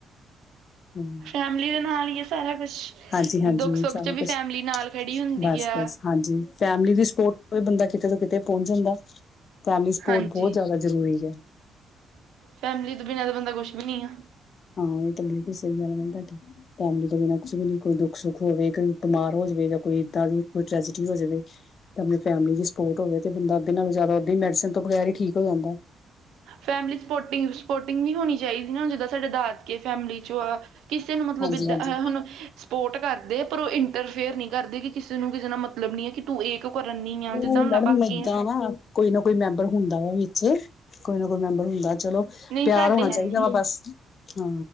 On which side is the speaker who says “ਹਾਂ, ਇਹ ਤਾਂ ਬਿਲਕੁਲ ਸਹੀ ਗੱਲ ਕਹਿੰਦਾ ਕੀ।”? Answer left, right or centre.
Left